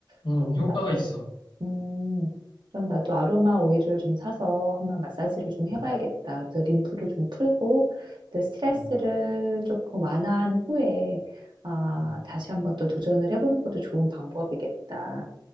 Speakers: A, on the left (about 80°); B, on the right (about 75°).
A: 음,
B: 그런가?
A: 효과가 있어.
B: 음, 그럼 나도 아로마 오일을 좀 사서 한번 마사지를 좀 해봐야겠다.
A: 음,
B: 그래서 림프를 좀 풀고, 또 스트레스를
A: 음,
B: 조금 완화한 후에, 아,
A: 음,
B: 다시 한번 또 도전을 해보는 것도 좋은 방법이겠다.